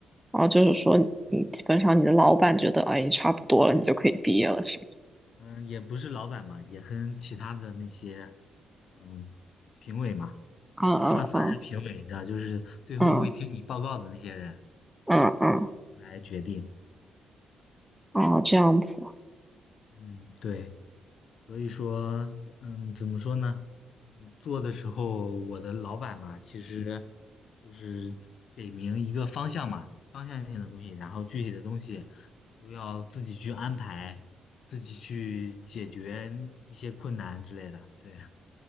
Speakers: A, in the centre; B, on the left.
A: 哦，就是说你基本上你的老板觉得，哎，你差不多了，你就可以毕业了，是
B: 嗯，也不是老板嘛，也跟其他的那些嗯评委嘛，
A: 吗？
B: 算算是评委，
A: 嗯嗯
B: 你知道，就是最后会听你报告的那些人
A: 嗯嗯嗯嗯，
B: 来决定。
A: 嗯哦，这样子，
B: 嗯，对，所以说，嗯，怎么说呢？嗯，做的时候，我的老板吧，其实就是给明一个方向嘛，方向性的东西，然后具体的东西都要自己去安排，自己去解决一些困难之类的。对，